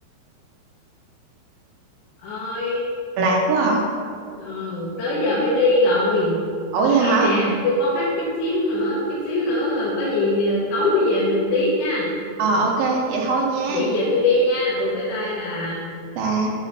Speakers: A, on the left; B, on the right.
A: ơi
B: lạ quá à
A: ờ, tới giờ phải đi rồi
B: ủa vậy
A: nói
B: hả
A: nghe nè tôi có khách chút xíu nữa chút xíu nữa rồi có gì ờ, tối tôi về mình tiếp nha
B: ờ ok vậy thôi nha
A: vậy giờ tôi đi nha ừ bye bye bà
B: bà